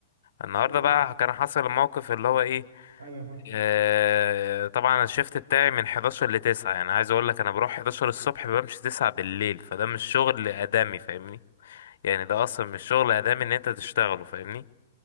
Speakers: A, on the left; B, on the right.
A: النهارده
B: امم
A: بقى كان حصل الموقف اللي هو ايه
B: ايوه فاهم
A: آه طبعا الشيفت بتاعي من 11 ل 9 يعني عايز اقول لك انا بروح 11 الصبح بمشي 9 بالليل فده مش شغل ادمي فاهمني يعني ده اصلا مش شغل ادمي ان انت تشتغله فاهمني